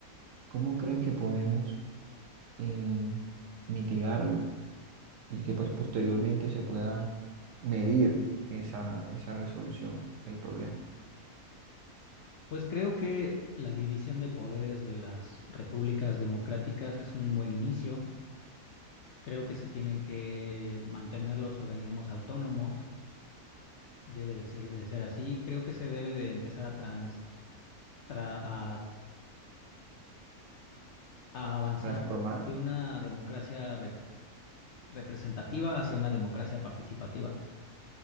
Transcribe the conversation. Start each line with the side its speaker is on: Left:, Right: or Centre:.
Right: ¿cómo crees que podemos em, mitigarlo? y que pues posteriormente se pueda medir esa, esa resolución del problema.
Left: pues creo que la división de poderes de las repúblicas democráticas es un buen inicio. Creo que se tienen que mantener los organismos autónomos, debe de ser, de ser así. Creo que se debe de empezar a, trans- tra- a a avanzar
Right: Transformar.
Left: de una democracia representativa hacia una democracia participativa.